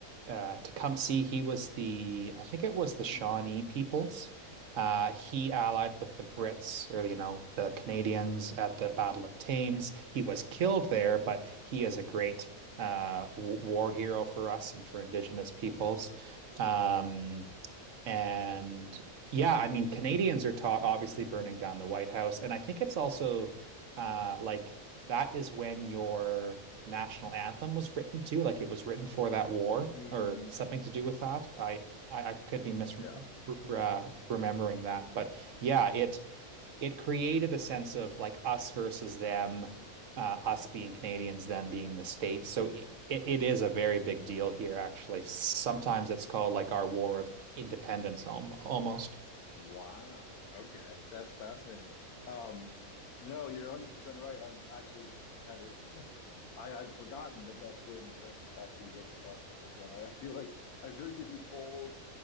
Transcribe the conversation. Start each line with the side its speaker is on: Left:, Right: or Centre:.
Right: uh, Tecumseh. He was the I think it was the
Left: Mm.
Right: Shawnee peoples. Uh, he allied with the Brits or you know the Canadians at the Battle of Thames. He was killed there, but he is a great uh, w war hero for us and for Indigenous peoples. Um, and yeah, I mean, Canadians are taught obviously burning down the White House. And I think it's also uh, like that is when your national anthem was written too. Like it was written for that war
Left: Mm,
Right: or something to do with that. I I, I could be mis
Left: yeah.
Right: re- uh, remembering that, but yeah, it it created a sense of like us versus them, uh, us being Canadians, them being the States. So it, it is a very big deal here, actually. Sometimes it's called like our war of independence al almost.
Left: Wow. Okay. That's fascinating. Um, no, you're 100% right. I'm actually kind of, <laughs> I had forgotten that that's when Francis Scott Key wrote the Star Spangled Banner. I I feel like, I feel like if you polled